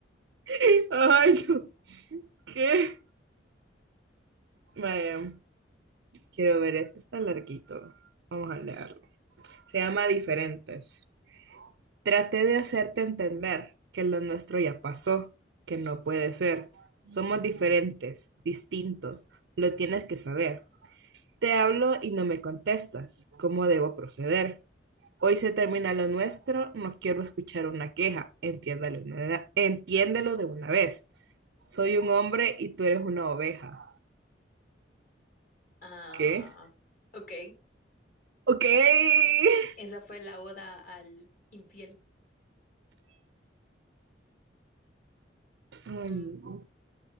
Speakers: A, on the right; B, on the left.
A: <laughs> Ay, no. ¿Qué? Vaya. Quiero ver, este está larguito. Vamos a leerlo. Se llama Diferentes. Traté de hacerte entender que lo nuestro ya pasó, que no puede ser. Somos diferentes, distintos. Lo tienes que saber. Te hablo y no me contestas. ¿Cómo debo proceder? Hoy se termina lo nuestro, no quiero escuchar una queja. Entiéndalo, una- entiéndelo de una vez. Soy un hombre y tú eres una oveja.
B: Ah,
A: ¿Qué?
B: ok.
A: Ok. Ay,
B: Esa fue la oda al infiel.
A: no.
B: Mm,